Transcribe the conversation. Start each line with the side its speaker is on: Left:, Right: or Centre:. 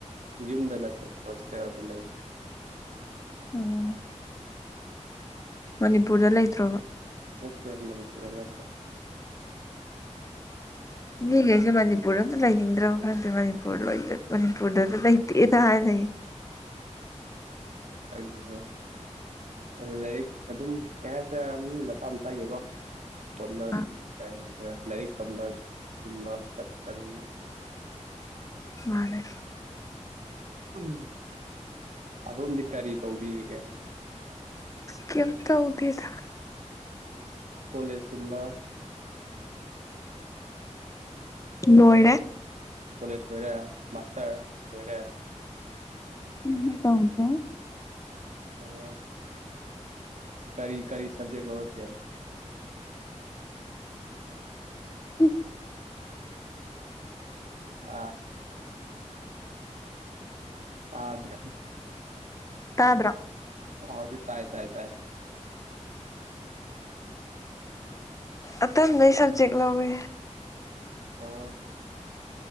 Right: ꯌꯨꯝꯗ ꯅꯠꯇꯣꯣꯁꯗ ꯂꯩ
Left: ꯑꯣꯝ ꯃꯅꯤꯄꯨꯔꯗ ꯂꯩꯇ꯭ꯔꯣꯕ
Right: ꯃꯠꯇꯦ ꯍꯡ ꯃꯅꯤ ꯀ ꯅꯠꯇꯦ
Left: <inaudible> ꯃꯤꯈꯩꯁꯨꯦ ꯃꯅꯤꯄꯨꯔꯗ ꯑꯝꯇ ꯂꯩꯅꯤꯡꯗ꯭ꯔꯕ ꯈꯪꯗꯦ ꯃꯅꯤꯄꯨꯔ ꯂ ꯃꯅꯤꯄꯨꯔꯗꯁꯨ ꯂꯩꯇꯦ ꯇ ꯍꯥꯏꯅꯌꯦ
Right: ꯑꯗꯨ ꯑꯗꯨ ꯂꯥꯏꯔꯤꯛ ꯑꯗꯨꯝ ꯀꯌꯥꯁꯨ ꯃꯤ ꯃꯆꯥꯥ ꯃꯁꯥꯒꯤꯀꯣ ꯄꯟꯅꯅꯤ
Left: ꯑ
Right: ꯅꯔꯤ ꯀꯝꯕ ꯇꯕ ꯆꯠꯇꯅ
Left: ꯃꯥꯅꯦ
Right: ꯎꯝ ꯑꯗꯣꯝꯗꯤ ꯀꯔꯤ ꯇꯧꯕꯤꯔꯤꯒꯦ
Left: ꯀꯝꯇ ꯎꯕꯤꯦꯗ
Right: ꯀꯣꯂꯦꯖꯀꯨꯝꯕ
Left: ꯂꯣꯏꯔꯦ
Right: ꯀꯣꯂꯦꯖ ꯑꯣꯏꯔꯦ ꯃꯥꯁꯇꯔ ꯑꯣꯏꯔꯦ
Left: ꯎ ꯇ ꯎꯗ꯭ꯔꯦ
Right: ꯑꯣ ꯀꯔꯤ ꯀꯔꯤ ꯁꯕꯖꯦꯛ ꯂꯧꯔꯛꯀꯦ
Left: ꯎ
Right: ꯑꯥ ꯑꯥꯗ
Left: ꯇꯥꯕ꯭ꯔꯣ
Right: ꯍꯗꯤꯥꯏ ꯇꯥꯏ ꯇꯥꯏ
Left: ꯑꯇꯩ ꯅ ꯁ ꯆꯦꯛ ꯂꯧꯋꯦ
Right: ꯑ